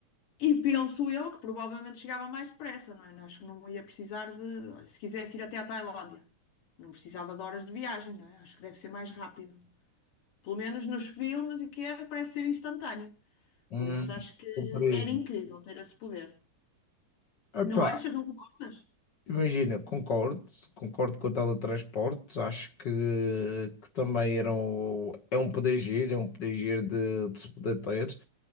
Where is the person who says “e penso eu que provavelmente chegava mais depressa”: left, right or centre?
Left